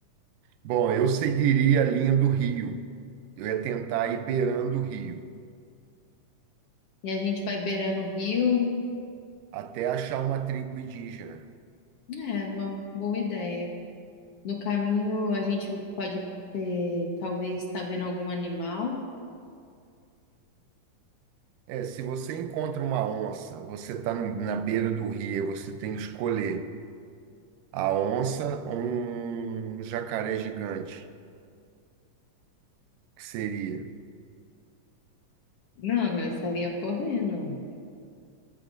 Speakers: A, on the right; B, on the left.
A: Bom, eu seguiria a linha do rio. Eu ia tentar ir beirando o rio,
B: E a gente vai beirando o rio.
A: até achar uma tribo indígena.
B: É uma boa ideia. No caminho, a gente pode ter, talvez, estar vendo algum animal.
A: É, se você encontra uma onça, você está na beira do rio, você tem que escolher a onça ou um jacaré gigante, que seria.
B: Não, não, eu estaria correndo.